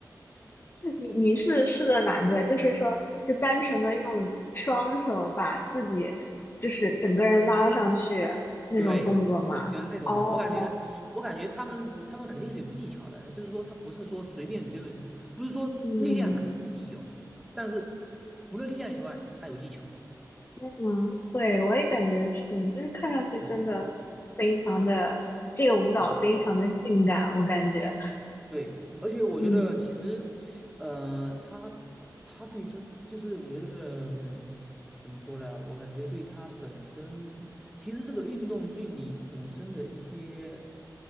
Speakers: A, on the left (about 30°); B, in the centre.
A: 你你是试的哪个？就是说，就单纯的用双手把自己，就是整个人拉上去那种动作吗？
B: 对对，就是那种的。
A: 哦，
B: 我感觉，我感觉他们他们肯定是有技巧的，就是说他不是说随便，就是不是说力量肯定是有，
A: 嗯嗯，
B: 但是除了力量以外，他有技巧。
A: 嗯，对，我也感觉是，就是看上去真的非常的，
B: 嗯
A: 这个舞蹈非常的性感，
B: 嗯，
A: 我感觉，
B: 对。而且我觉得其实，
A: 嗯
B: 呃，他他对他就是我觉得，嗯怎么说呢？我感觉对他本身，其实这个运动对你本身的一些。